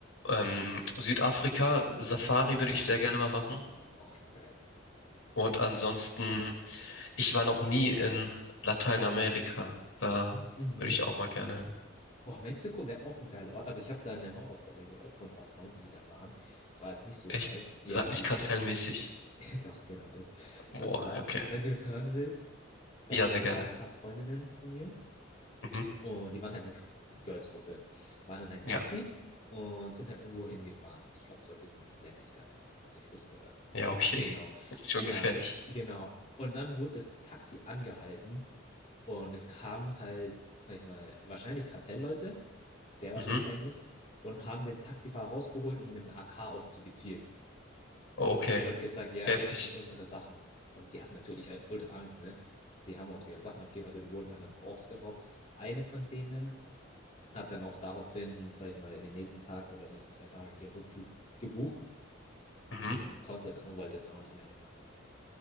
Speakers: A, on the left; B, on the left.
A: Ähm, Südafrika, Safari
B: Boah.
A: würde ich sehr gerne mal machen.
B: War das ist auch schon geil.
A: Und ansonsten, ich war noch nie in Lateinamerika. Da
B: Mhm.
A: würde ich auch mal gerne hin.
B: Boah, Mexiko wäre auch ein geiler Ort, aber ich habe da eine Horrorstory gehört von ein paar Freunden, die da waren. Es war jetzt nicht so
A: Echt?
B: geil. Ja,
A: Sag
B: weil
A: nicht
B: die.
A: kartellmäßig.
B: <laughs> Doch, genau das.
A: Boah,
B: Und zwar,
A: okay.
B: wenn du es hören willst, da
A: Ja, sehr gerne.
B: waren ein paar Freundinnen von mir
A: Mhm.
B: und die waren halt eine F- Girls-Gruppe. Waren in ein
A: Ja,
B: Taxi und sind halt irgendwo hingefahren. Ich glaube, es war ein bisschen ländlicher dann tatsächlich oder
A: ja, okay.
B: Genau.
A: <laughs> Ist schon
B: Ja,
A: gefährlich.
B: genau. Und dann wurde das Taxi angehalten und es kamen halt, sag ich mal, wahrscheinlich Kartellleute, sehr
A: Mhm.
B: wahrscheinlich eigentlich, und haben den Taxifahrer rausgeholt und mit einem AK auf die gezielt
A: Okay,
B: und gesagt, ja,
A: heftig.
B: gib uns unsere Sachen. Und die hatten natürlich halt ultra Angst, ne? Die haben auch ihre Sachen abgegeben, also die wurden halt dann auch ausgeraubt. Eine von denen hat dann auch daraufhin, sag ich mal, in den nächsten Tag oder nächsten zwei Tagen ihren Rückflug gebucht
A: Mhm.
B: und konnte dann und wollte dann auch nicht mehr in dem Land bleiben.